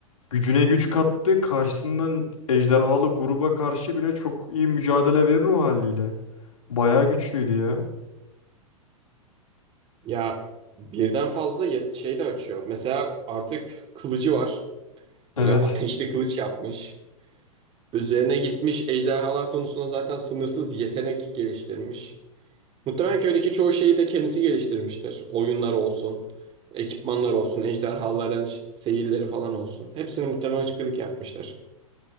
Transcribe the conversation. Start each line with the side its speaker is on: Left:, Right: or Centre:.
Left: gücüne güç kattı. Karşısından ejderhalı gruba karşı bile çok iyi mücadele verir o haliyle. Bayağı güçlüydü ya.
Right: Ya birden fazla yet- şey de açıyor. Mesela artık kılıcı var.
Left: Evet
Right: Böyle ateşli kılıç yapmış. Üzerine gitmiş ejderhalar konusunda zaten sınırsız yetenek geliştirmiş. Muhtemelen köydeki çoğu şeyi de kendisi geliştirmiştir. Oyunlar olsun, ekipmanlar olsun, ejderhaların ş- seyirleri falan olsun. Hepsini muhtemelen çıkılık yapmıştır.